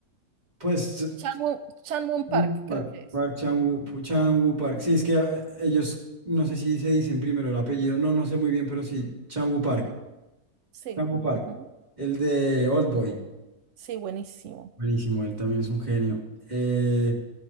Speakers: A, on the right; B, on the right.
A: Pues, s-
B: Chanwon, Chanwon
A: Chan-wook
B: Park
A: Park,
B: creo que es.
A: Park Chan-wook, Chan-wook Park. Sí, es que eh, ellos, no sé si se dicen primero el apellido. No, no sé muy bien, pero sí, Chan-wook Park.
B: Sí,
A: Chan-wook Park.
B: ujú.
A: El de Oldboy.
B: Sí, buenísimo.
A: Buenísimo, él también es un genio. Eh,